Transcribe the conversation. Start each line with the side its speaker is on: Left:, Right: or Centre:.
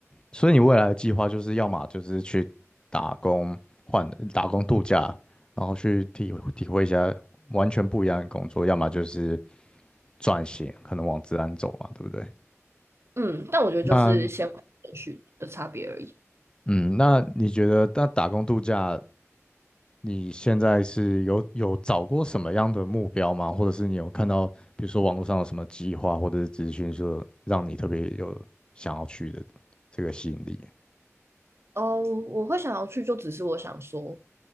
Left: 所以你未来的计划就是要么就是去打工换打工度假，然后去体体会一下完全不一样的工作，要么就是。转型，可能往自然走嘛，对不对？
Right: 嗯，但我觉得就是先后顺序的差别而已。
Left: 那嗯，那你觉得那打工度假，你现在是有有找过什么样的目标吗？或者是你有看到，比如说网络上有什么计划或者是资讯，说让你特别有想要去的这个吸引力？
Right: 哦，我会想要去，就只是我想说，